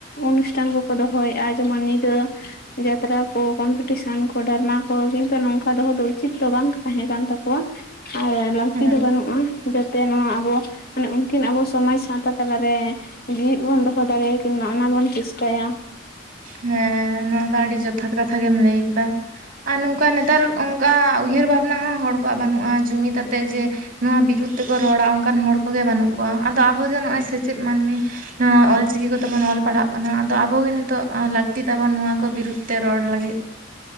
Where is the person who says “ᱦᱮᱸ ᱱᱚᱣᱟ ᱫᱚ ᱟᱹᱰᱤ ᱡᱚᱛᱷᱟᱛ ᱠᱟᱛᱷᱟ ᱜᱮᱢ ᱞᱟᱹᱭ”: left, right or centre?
Right